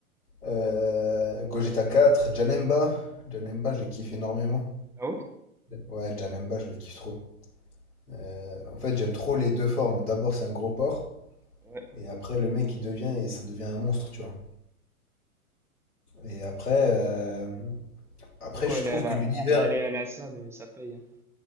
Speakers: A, on the left; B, in the centre.
A: euh, Gogeta 4 Janemba. Janemba, je le kiffe énormément.
B: Ah ouais?
A: Ouais, Janemba, je le kiffe trop. Euh, en fait, j'aime trop les deux formes. D'abord, c'est un gros porc,
B: Mhm.
A: et après, le mec, il devient, et ça devient un monstre, tu vois. Et après, euh, après
B: Donc quoi
A: je
B: aller
A: trouve
B: à la,
A: que l'univers.
B: à- aller à la salle, ça paye. hein.